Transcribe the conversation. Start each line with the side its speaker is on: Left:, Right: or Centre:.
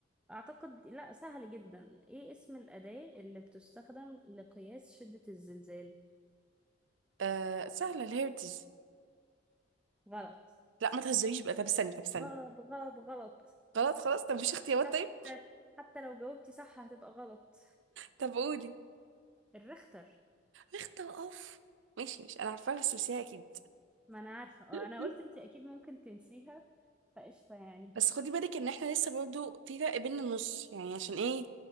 Centre: اعتقد لا سهل جدا ايه اسم الأداة اللي بتستخدم لقياس شدة الزلزال
Right: آه سهلة الهيرتز
Centre: غلط
Right: لا ما تهزريش بقى طب استني طب استني
Centre: غلط غلط غلط
Right: خلاص خلاص طب مفيش اختيارات
Centre: حتى
Right: طيب
Centre: حتى لو جاوبتي صح هتبقى غلط
Right: طب قولي
Centre: الريختر
Right: اختار اوف ماشي ماشي أنا عارفاها بس نسيها أكيد
Centre: ما انا عارفة اه
Right: <laughs>
Centre: انا قلت انتي اكيد ممكن تنسيها فقشطة يعني
Right: بس خدي بالك ان احنا لسه برضو في فرق بين النص يعني عشان ايه